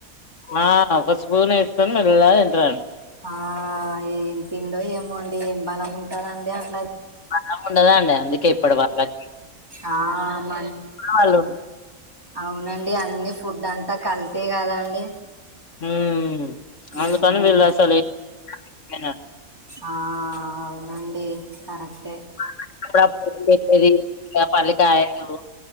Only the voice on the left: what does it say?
ఆ ఒక స్పూన్ వేసుకొని మెల్లగ తింటారు
బలం ఉండద అండి ఇప్పటి వాళ్ళకి
వాళ్ళు
ఉమ్
అందుకని వీళ్లసలు ఏమి తినరు
<unintelligible> కాయలు